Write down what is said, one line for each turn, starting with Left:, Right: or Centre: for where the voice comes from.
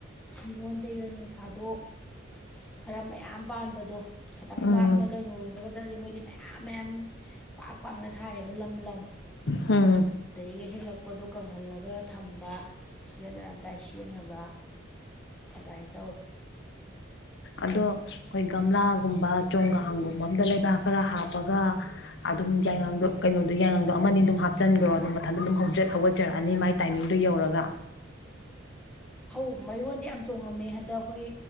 Centre: ꯃꯤꯉꯣꯟꯗꯒꯤꯩꯒ ꯅꯣꯡꯐꯥꯗꯣꯛ ꯈꯔ ꯃꯌꯥꯝ ꯄꯥꯟꯕꯗꯣ ꯈꯤꯇꯪ
Left: ꯎꯝ
Centre: ꯂꯥꯞꯅ ꯀꯩꯅꯣꯔꯣꯝꯗꯒ ꯆꯠꯂꯗꯤ ꯃꯣꯏꯗꯤ ꯃꯌꯥꯝ ꯑ ꯃꯌꯥꯝ ꯄꯥꯛ ꯄꯥꯛꯅ ꯊꯥꯏꯑꯕ ꯂꯝ ꯂꯝ
Left: ꯍꯥꯝ
Centre: ꯑꯗꯒꯤꯒ ꯍꯦꯛꯂꯛꯄꯗꯣ ꯀꯪꯍꯜꯂꯒ ꯊꯝ ꯁꯤꯖꯤꯟꯅꯔꯝꯗꯥꯏ ꯁꯤꯖꯤꯟꯅꯕ ꯑꯗꯨꯃꯥꯏꯅ ꯇꯧꯋꯤ
Left: ꯑꯗꯣ ꯑꯩꯈꯣꯏ ꯒꯝꯂꯥꯒꯨꯝꯕ ꯆꯣꯡꯒꯥꯡꯒꯨꯝꯕ ꯑꯝꯗ ꯂꯩꯕꯥꯛ ꯈꯔ ꯍꯥꯞꯄꯒ ꯑꯗꯨꯝ ꯌꯥꯏꯉꯥꯡꯗꯣ ꯀꯩꯅꯣꯗꯨꯣ ꯌꯥꯏꯉꯥꯡꯗꯣ ꯑꯃꯅꯤ ꯑꯗꯨꯝ ꯍꯥꯞꯆꯤꯟꯈ꯭ꯔꯣ ꯑꯗꯨꯝ ꯃꯊꯟꯇ ꯑꯗꯨꯝ ꯍꯧ ꯍꯧꯒꯠꯆꯔꯛꯑꯅꯤ ꯃꯥꯏ ꯇꯥꯏꯃꯤꯡꯗꯨꯣ ꯌꯧꯔꯒ
Centre: ꯍꯧ ꯃꯌꯣꯟꯗꯤ ꯌꯥꯝ ꯆꯣꯡꯉꯝꯃꯦ ꯍꯟꯗꯛ ꯑꯩꯈꯣꯏ